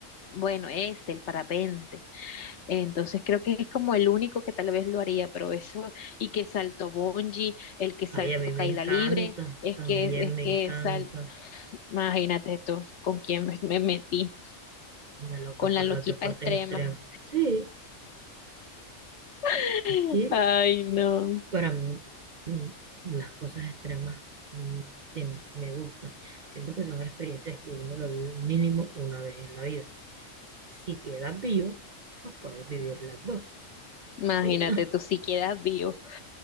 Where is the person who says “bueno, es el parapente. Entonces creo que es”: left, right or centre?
Left